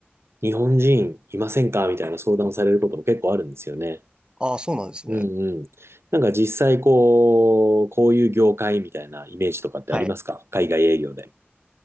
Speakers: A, on the right; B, on the right.
A: 日本人いませんかみたいな相談をされることも結構あるんですよね。
B: ああ、そうなんですね。
A: うんうん。なんか実際こう、こういう業界みたいなイメージとかってありますか海外営業で。
B: はい。